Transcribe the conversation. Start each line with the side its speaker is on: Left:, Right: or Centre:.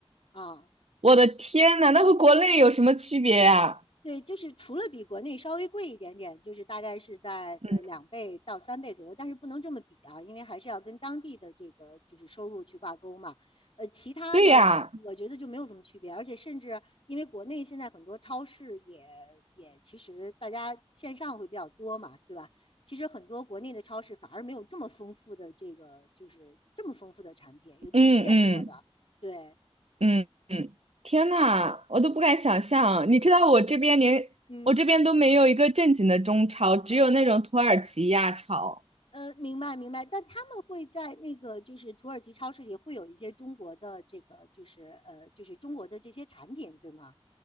Left: 啊。
Right: 我的天呐，那和国内有什么区别呀？
Left: 对，就是除了比国内稍微贵一点点，就是大概是在呃两倍到三倍左右，
Right: 嗯，
Left: 但是不能这么比啊，因为还是要跟当地的这个就是收入去挂钩嘛。呃，其他的我觉得就没有什么区别，
Right: 对呀，
Left: 而且甚至因为国内现在很多超市也也其实大家线上会比较多嘛，对吧？其实很多国内的超市反而没有这么丰富的这个就是这么丰富的产品，尤其是现做的。
Right: 嗯嗯
Left: 对，
Right: 嗯嗯，天呐，我都不敢想象。你知道我这边连我这边都没有一个正经的中超，
Left: 嗯。
Right: 只有那种土耳其亚超，
Left: 呃，明白明白，但他们会在那个就是土耳其超市里会有一些中国的这个就是呃就是中国的这些产品，对吗？